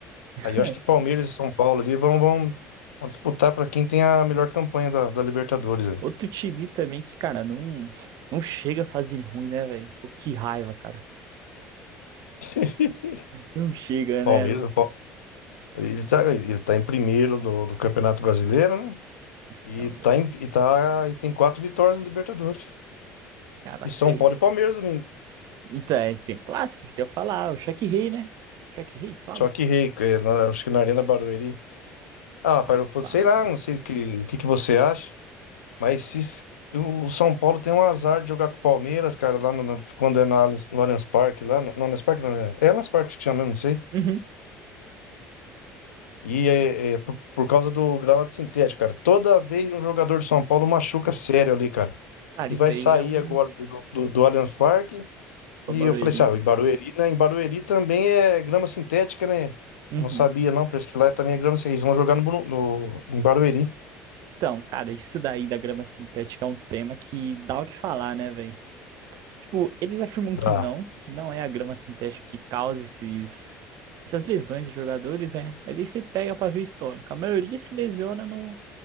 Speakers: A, on the left (about 85°); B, on the right (about 55°).
A: Aí eu
B: É.
A: acho que Palmeiras e São Paulo ali vão, vão, vão disputar pra quem tem a melhor campanha da, da Libertadores. né?
B: Outro time também que, cara, não, não chega a fazer ruim, né, velho? Pô, Que raiva, cara.
A: <laughs>
B: Não chega,
A: Palmeiras,
B: né?
A: o Pa- ele tá, ele tá em primeiro do, do Campeonato Brasileiro, né? E
B: Então,
A: tá,
B: velho.
A: em- e tá e tem quatro vitórias na Libertadores.
B: Cara,
A: E
B: sei
A: São Paulo
B: lá.
A: e Palmeiras domingo.
B: Então, é, tem clássicos que eu ia falar. O Choque Rei, né? Choque Rei que fala?
A: Só que rei, é, na- acho que na Arena Barueri. Ah, para
B: Rapaz.
A: eu sei lá, não sei o que, o que que você acha, mas se, s- o São Paulo tem um azar de jogar com o Palmeiras, cara, lá no, no- quando é na, Allianz- no Allianz Parque, lá, no, no Allianz Parque, não, é, é Allianz Parque acho que chama, eu não sei.
B: Uhum.
A: E é, é é por, por causa do gramado sintético, cara. Toda vez um jogador de São Paulo machuca sério ali, cara.
B: Cara,
A: E
B: isso
A: vai
B: aí
A: sair
B: já é um
A: agora do, do, do Allianz Parque.
B: babarueri.
A: E eu falei assim, ah, em Barueri, né? Em Barueri também é grama sintética, né?
B: Uhum.
A: Eu não sabia, não, parece que lá também é grama sintética. Eles vão jogar no, Bru- no- em Barueri.
B: Então, cara, isso daí da grama sintética é um tema que dá o que falar, né, velho? Tipo, eles afirmam
A: Dá.
B: que não, que não é a grama sintética que causa esses, essas lesões dos jogadores, né? Mas aí você pega pra ver o histórico. A maioria se lesiona no,